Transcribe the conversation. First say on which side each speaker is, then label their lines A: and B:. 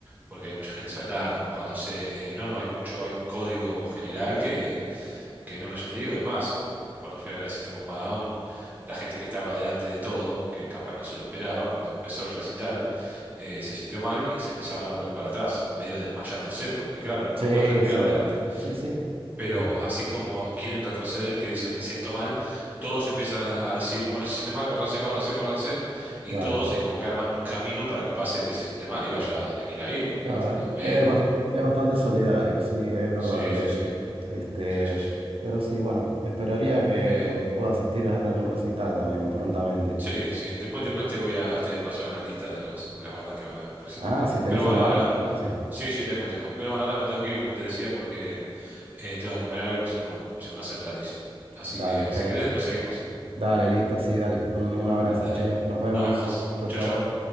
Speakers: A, on the right (about 20°); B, on the right (about 80°).
A: porque hay mucha gente saltando, empujándose. eh, no, no, hay mucho, hay un código general que no, no, ya te digo, es más, eh, cuando fui a ver a System of a Down, la gente que estaba delante de todo, que capaz no se lo esperaba, cuando empezó el recital, eh, se sintió mal y se empezaban a volver para atrás, medio desmayándose, porque claro,
B: Sí,
A: no podés respirar
B: sí.
A: adelante.
B: Sí, sí.
A: Pero
B: Eh,
A: así como quieren retroceder, que dicen me siento mal, todos empiezan a decir, bueno, se siente mal, córranse, córranse, córranse, y
B: claro.
A: todos es como que arman un camino para que pase el que se siente mal y vaya
B: Mm.
A: a donde quiera ir, o que
B: Claro,
A: lo atienda un médico.
B: eh, es, bas- es bastante solidario, sí, es verdad
A: Sí,
B: lo que
A: sí,
B: decís.
A: sí,
B: Este,
A: sí, sí, sí.
B: pero sí, bueno, esperaría que
A: Eh,
B: pueda asistir a algún recital también prontamente.
A: Sí, sí. Después, después te voy a, te voy a pasar una lista de los, de las bandas que van a venir próximamente.
B: Ah, si tenés
A: Pero bueno,
B: una
A: ahora,
B: edad. Sí.
A: sí, sí, tengo, tengo. Pero bueno, ahora me tengo que ir, como te decía, porque eh, tengo que comer algo, si no, no, se me va a hacer tardísimo. Así
B: Dale,
A: que,
B: Ger.
A: si querés, después seguimos.
B: Dale, listo, sí, dale. Un, un abrazo,
A: Dale.
B: che. Nos vemos.
A: Nos vemos.
B: Chau,
A: Chau,
B: chau.
A: chau.